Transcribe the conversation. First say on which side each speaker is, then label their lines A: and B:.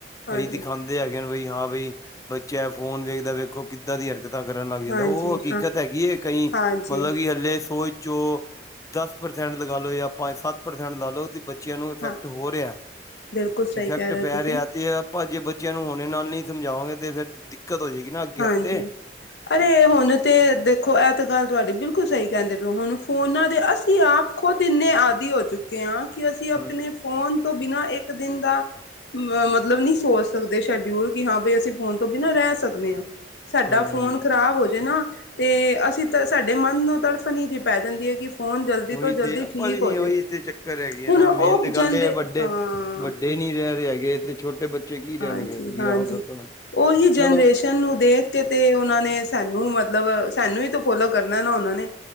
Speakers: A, on the left; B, on the left.
A: ਹਾਂਜੀ
B: ਕਈ ਦਿਖਾਦ- ਦੇ ਨੇ ਹੈਗੇ ਬਈ ਹਾਂ ਬਈ ਬੱਚਾ ਐ ਫੋਨ ਵੇਖਦਾ ਵੇਖੋ ਕਿੱਦਾਂ ਦੀ ਹਰਕਤ- ਕਰਨ ਲੱਗ ਜਾਂਦੇ,
A: ਹਾਂਜੀ
B: ਓ ਹਕੀਕਤ
A: ਹਾਂ
B: ਹੈਗੀ ਐ ਕਈ
A: ਹਾਂਜੀ
B: ਮਤਲਬ ਕਿ ਹੱਲੇ ਸੋਚ ਚੋ ਦਸ ਪ੍ਰਸੈਂਟ ਲਗਾਲੋ ਜਾਂ ਪੰਜ, ਸੱਤ ਪ੍ਰਸੈਂਟ ਲਾ ਲੋ ਤੇ ਬੇ ਬੱਚੇ ਆ ਨੂੰ ਇਫੈਕਟ
A: ਹਾਂ
B: ਹੋ ਰਿਆ।
A: ਬਿਲਕੁਲ ਸਹੀ
B: ਇਫੈਕਟ
A: ਕਹਿ ਰਹੇ ਹੋ
B: ਪੈ
A: ਤੁਸੀਂ
B: ਰਿਆ ਤੇ ਆਪਾਂ ਜੇ ਬਚ- ਬੱਚਿਆਂ ਨੂੰ ਹੁਣੇ ਨਾਲ ਨੀ ਸਮਝਾਵਾਂਗੇ ਤੇ ਫੇਰ ਦਿੱਕਤ ਹੋ ਜਾਏਗੀ ਨਾ। ਅੱਗੇ
A: ਹਾਂਜੀ।
B: ਆਸਤੇ।
A: ਅਰੇ ਹੁਣ ਤਾਂ ਦੇਖੋ ਐ ਤੇ ਗੱਲ ਤੁਆਡੀ ਬਿਲਕੁਲ ਸਈ ਕੇਂਦੇ ਪਏ ਓ। ਹੁਣ ਫੋਨਾਂ ਦੇ ਅਸੀਂ ਆਪ ਖੁਦ ਇੰਨੇ ਆਦਿ ਹੋ ਚੁੱਕੇ ਆ ਕੀ ਅਸੀਂ ਆਪਣੇ
B: ਹੂੰ
A: ਫੋਨ ਤੋਂ ਬਿਨਾਂ ਇੱਕ ਦਿਨ ਦਾ- ਅ ਮਤਲਬ ਨਹੀਂ ਸੋਚ ਸਕਦੇ ਸ਼ਡਿਊਲ ਕੀ ਹਾਂ ਬਈ ਅਸੀਂ ਫੋਨ ਤੋਂ ਬਿਨਾਂ ਰੈ ਸਕਦੇ ਆਂ। ਸਾਡਾ
B: ਹੂੰ
A: ਫੋਨ ਖ਼ਰਾਬ ਹੋ ਜੇ ਨਾ- ਤੇ ਅਸੀਂ ਤਾਂ ਸਾਡੇ ਮਨ ਨੂੰ ਤੜਫਨੀ ਜੀ ਪੈ ਜਾਂਦੀ ਐ ਕਿ- ਫੋਨ ਜਲਦੀ ਤੋਂ
B: ਓਹੀ
A: ਜਲਦੀ
B: ਤੇ ਆਪਾਂ
A: ਠੀਕ
B: ਵੀ ਨੀ
A: ਹੋ ਜੇ
B: ਓਹੀ ਤੇ ਚੱਕਰ ਹੈਗੀ ਆ
A: ਹੁਣ
B: ਨਾ
A: ਉਹ
B: ਮੇਨ ਤੇ
A: ਜਨ
B: ਗੱਲ ਏ ਆ, ਵੱਡੇ
A: ਹਾਂ
B: ਵੱ- ਡੇ ਨੀ ਰੈ ਰੇ ਹੈਗੇ ਏਥੇ, ਛੋਟੇ ਬੱਚੇ ਕੀ
A: ਹਾਂਜੀ
B: ਰਹਿਣਗੇ ਤੁਸੀਂ
A: ਹਾਂਜੀ
B: ਆਪ ਦੱਸੋ।
A: ਉਹੀ ਜਨਰੇਸ਼ਨ
B: ਚਲੋ-
A: ਨੂੰ ਦੇਖ ਕੇ ਤੇ ਓਨਾਂ ਨੇ ਸਾਨੂੰ ਮਤਲਬ ਸਾਨੂੰ ਈ ਤੇ ਫੋਲੋ ਕਰਨਾ ਨਾ ਓਨਾਂ ਨੇ।